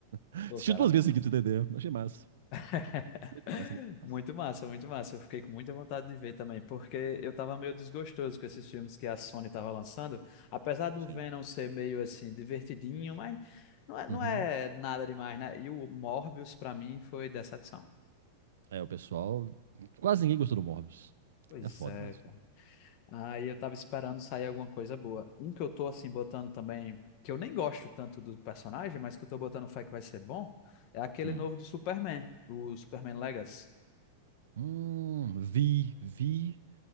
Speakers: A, on the right; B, on the left.
A: Assisti
B: Pô, cara.
A: duas vezes seguidas, entendeu? Achei massa.
B: <laughs>
A: Muito massa, muito massa.
B: Muito massa, muito massa. Eu fiquei com muita vontade de ver também, porque eu tava meio desgostoso com esses filmes que a Sony tava lançando. Apesar do
A: Sim.
B: Venom ser meio assim, divertidinho, mas não é, não
A: Uhum.
B: é nada demais, né? E o Morbius, pra mim, foi decepção.
A: É, o pessoal. Quase ninguém gostou do Morbius.
B: Pois
A: É foda
B: é,
A: mesmo.
B: cara. Aí eu tava esperando sair alguma coisa boa. Um que eu tô assim botando também, que eu nem gosto tanto do personagem, mas que eu tô botando fé que vai ser bom, é aquele
A: Hum.
B: novo do Superman, o Superman Legacy.
A: Hum, vi, vi.